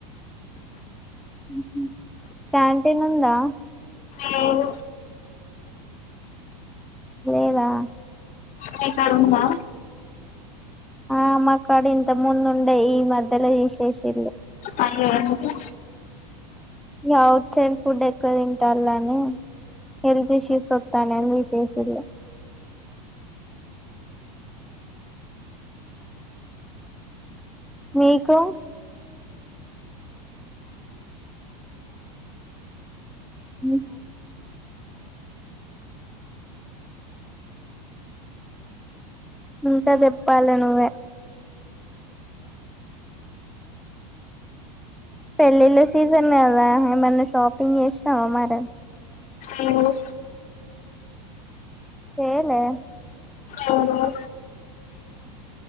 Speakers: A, in the centre; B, on the left.
A: మ్మ్ హ్మ్ క్యాంటీన్ ఉందా
B: లేదు
A: లేదా
B: కేసరుందా
A: ఆ మ కడి ఇంత ముందుండే ఈ మధ్యలో తీసేషిల్లు
B: ఆయేముటి
A: వీళ్ ఔట్ సైడ్ ఫుడ్ ఎక్కువ తింటాల్లని హెల్త్ ఇష్యూస్ వత్తాయ్నని తీశేషిల్లు. మీకు మ్మ్ హ ఇంకా చెప్పాలి నువ్వే పెళ్ళిళ్ళ సీజన్ కదా ఏమన్నా షాపింగ్ చేసినావా మరి
B: లేదు
A: చేయలే
B: లేదు